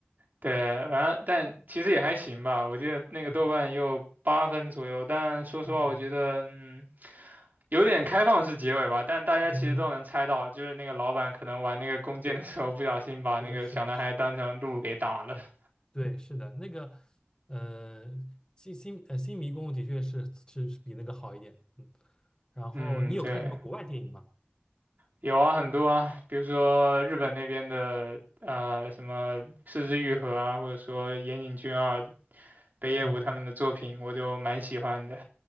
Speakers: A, on the right (about 50°); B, on the left (about 20°).
A: 对，完了，但其实也还行吧。我记得那个豆瓣也有八分左右，
B: 嗯
A: 但说实话，
B: 嗯嗯
A: 我觉得嗯，有点开放式结尾吧。但大家其实都能猜到，
B: 嗯，嗯
A: 就是那个老板可能玩那个弓箭的时候，
B: 对，
A: 不小心把那个小男孩当成鹿给打了。
B: 是的，是的，是的。
A: <laughs>
B: 对，是的，那个，呃，新新呃新迷宫的确是是是比那个好一点，嗯。然后你有看什么国外电影吗？
A: 嗯，对，有啊，很多啊，比如说日本那边的呃什么《四肢愈合》啊，或者说岩井俊二、北野武他们的作品，
B: 嗯
A: 我就蛮喜欢的。